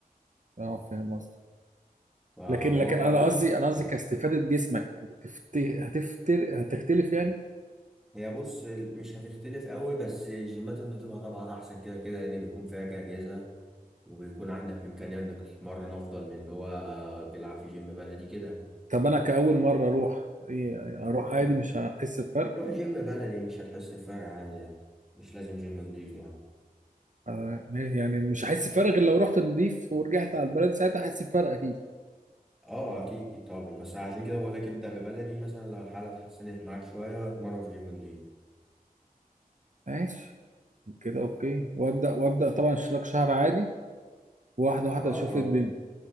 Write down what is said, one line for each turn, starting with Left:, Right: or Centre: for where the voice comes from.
Right: اه فاهم قصدي
Centre: فهو
Right: لكن لكن
Centre: بقى
Right: انا قصدي انا قصدي
Centre: آه.
Right: كاستفاده جسمك هتفت- هتفتر هتختلف يعني
Centre: هي بص مش هتختلف قوي بس الجيمات النضيفة طبعا أحسن كده كده لأن بيكون فيها أجهزة وبيكون عندك إمكانية إنك تتمرن أفضل من اللي هو بيلعب في جيم بلدي كده
Right: طب انا كاول مره اروح ايه اروح عادي مش هحس بفرق
Centre: روح جيم بلدي مش هتحس بفرق عادي يعني مش لازم جيم نضيف يعني
Right: آه يعني مش هحس بفرق غير لو رحت نضيف ورجعت على البلد ساعتها هحس بفرق اكيد
Centre: اه اكيد طبعا بس عشان كده بقول لك ابدا ببلدي مثلا لو الحاله اتحسنت معاك شويه اتمرن في جيم نضيف
Right: ماشي كده اوكي وابدا وابدا طبعا اشتراك شهر عادي واحده واحده
Centre: اه
Right: اشوف
Centre: طبعا
Right: ايه الدنيا